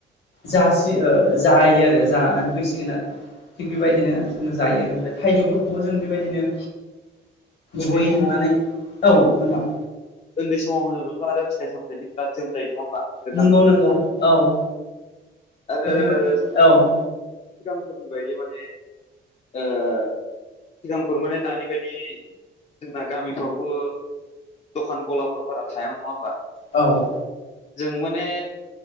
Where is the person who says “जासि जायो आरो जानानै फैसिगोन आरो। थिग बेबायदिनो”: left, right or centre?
Left